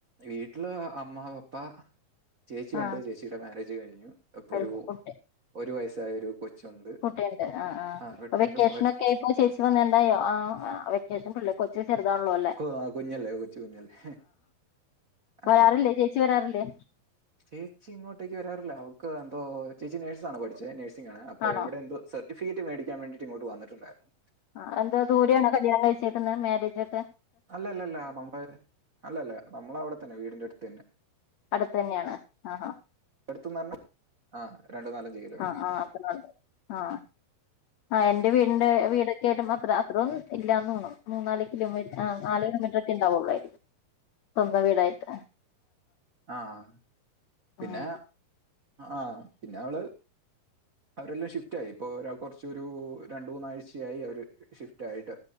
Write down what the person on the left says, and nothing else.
ആഹ്
കഴിഞ്ഞു കുട്ടി
കുട്ടിയുണ്ട് ആ ആ
അപ്പൊ വെക്കേഷനൊക്കെ
ആയപ്പോ ചേച്ചി വന്ന്ണ്ടായോ ആ വെക്കേഷൻ ഫുള്ള് കൊ ച്ച് ചെറുതാള്ളോ അല്ലേ
വെരാറില്ലേ
ചേച്ചി വെരാറില്ലേ
ആണോ
ആ എന്താ ദൂരെ ആണോ കല്യാണം കഴിച്ചേക്കുന്നേ മാരേജൊക്കെ
അടുത്തന്നെയാണ് ആഹാ
ആ ആ നോക്കുന്നൊണ്ട് ആ ആ എന്റെ വീടിന്റെ വീടൊക്കെ ആയിട്ടും അത്ര അ അത്രോം ഇല്ലാന്ന് തോന്ന്ണ് മൂന്നാല് കിലോമീറ്റ് നാല് കിലോമീറ്ററൊക്കെ ഇണ്ടാവുള്ളായിരിക്കും സ്വന്തം വീടായിട്ട്
ഉം